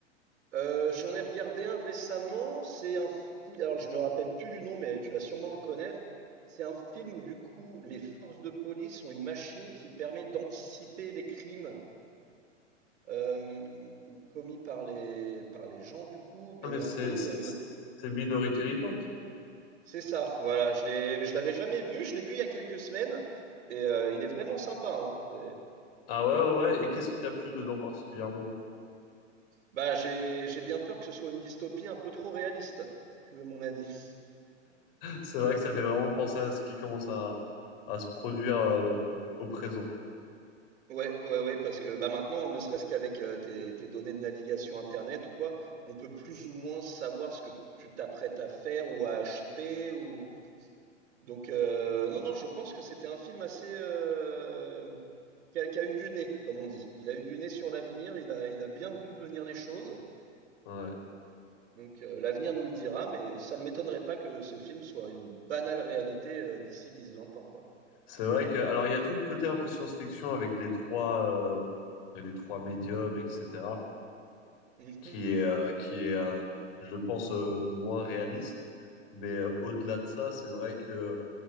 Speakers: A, on the right (about 55°); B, on the left (about 50°).
A: Euh, j'en ai regardé un récemment, c'est un film, alors je me rappelle plus du nom, mais tu vas sûrement le connaître. C'est un film où du coup les forces de police ont une machine qui permet d'anticiper les crimes euh, commis par les par les gens du coup, mais
B: Ah, mais c'est
A: en gros ils
B: c'est-
A: peuvent.
B: c'est Minority Report
A: C'est ça, voilà, je l'ai, je l'avais jamais vu, je l'ai vu il y a quelques semaines et euh, il est vraiment sympa, hein. C'est-
B: Ah ouais, ouais, ouais. Et qu'est-ce qui t'a plu dedans particulièrement?
A: Bah, j'ai j'ai bien peur que ce soit une dystopie un peu trop réaliste, si tu veux mon avis.
B: C'est vrai que ça fait vraiment penser à ce qui commence à, à se produire euh, au présent.
A: Ouais, ouais, ouais, parce que bah maintenant, ne serait-ce qu'avec euh, tes, tes données de navigation internet ou quoi, on peut plus ou moins savoir ce que tu t'apprêtes à faire ou à acheter ou donc euh, non, non, je pense que c'était un film assez euh, qui a, qui a eu du nez, comme on dit. Il a eu du nez sur l'avenir, il a il a bien vu venir les choses.
B: Ouais.
A: Donc euh, l'avenir nous le dira, mais ça ne m'étonnerait pas que ce film soit une banale réalité euh, d'ici dix vingt ans, quoi.
B: C'est vrai que, alors il y a tout le côté un peu science-fiction avec les trois, euh, les trois médiums, etc.,
A: Mhm.
B: qui est, euh, qui est, euh, je pense, euh, moins réaliste. Mais euh, au-delà de ça, c'est vrai que